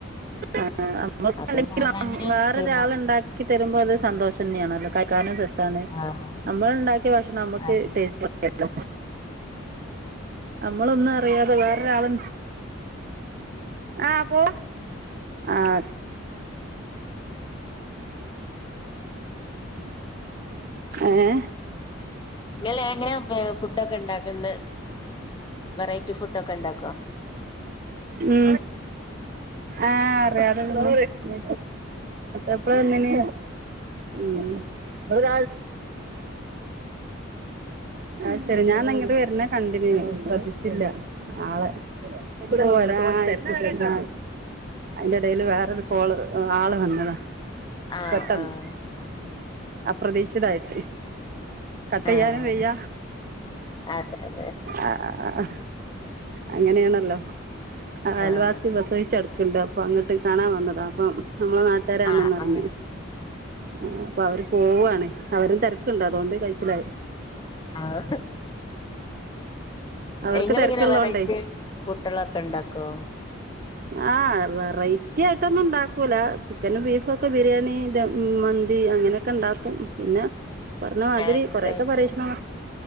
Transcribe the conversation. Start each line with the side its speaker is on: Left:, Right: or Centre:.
Right: ആഹ് അമ്മക്കല്ലെങ്കിലും
Left: അതുകൊണ്ട് അതങ്ങനെ
Right: വേറെരാള്ണ്ടാക്കി
Left: ചെയ്യുമ്പോ
Right: ണ്ടാക്കി തെരുമ്പോ അത് സന്തോഷെന്നെയാണല്ലോ കൈക്കാനും രെസ്സാണ്
Left: ആഹ്
Right: അമ്മള്ണ്ടാക്കിയ ഭക്ഷണം അമ്മക്ക്
Left: ആഹ്
Right: ടേസ് അമ്മളൊന്നും അറ്യാതെ വേറൊരാളെ ആഹ് പോ ആഹ്. ഏഹ്?
Left: ഇങ്ങ് എങ്ങനാ ഫുഡ്ഡൊക്കെണ്ടാക്ക്ന്നേ വെറൈറ്റി ഫുഡ്ഡൊക്കെണ്ടാക്കോ?
Right: ഉം ആഹ് അറ്യാതെ പിന്നെ. എപ്പളാ വന്നീനേ ഉം. ആഹ് അയ്ശെരി ഞാൻന്നാങ്ങട്ട് വെര്നേ കണ്ടിനി ശ്രദ്ധിച്ചില്ല ആളെ അയ്ക്കൂടെ പോരാ <inaudible> അയ്ന്റെ എടെല് വേറൊരു കോള് ആള് വന്നതാ
Left: ആഹ്
Right: പെട്ടെന്ന്
Left: ആഹ്
Right: അപ്രതീക്ഷിതായിട്ട്. കട്ടെയ്യാനും
Left: ആഹ്
Right: വയ്യ.
Left: അതെ അതെ
Right: ആഹ് അങ്ങനെയാണല്ലോ. അയൽവാസി
Left: ആഹ്
Right: പ്രസവിച്ചെട് ക്ക്‌ണ്ട് അപ്പ അങ്ങട്ട് കാണാൻ വന്നതാ അപ്പം നമ്മളെ നാ തരാംന്ന്
Left: ആഹ്
Right: മറഞ്ഞു
Left: അങ്ങനെ
Right: ആഹ് അപ്പ അവര് പോവാണ് അവരും തെരക്ക്‌ണ്ട് അതൊണ്ട് കൈച്ചിലായി.
Left: ആഹ്
Right: അവർക്ക്
Left: ഇങ്ങളെങ്ങനാ
Right: തിരക്കുള്ളതുകൊണ്ടേ
Left: വെറൈറ്റി ഫുഡ് കളൊക്കെണ്ടാക്കോ
Right: ആഹ് വെറൈറ്റിയായിട്ടൊന്നും ഉണ്ടാക്കൂല ചിക്കനും ബീഫും ഒക്കെ ബിരിയാണിന്റെ മന്തി അങ്ങനെ ക്കെണ്ടാക്കും പിന്നെ പറഞ്ഞ
Left: സ്നാക്സ്
Right: മാതിരി കൊറേക്കെ
Left: ആയിട്ട്
Right: പരീക്ഷണ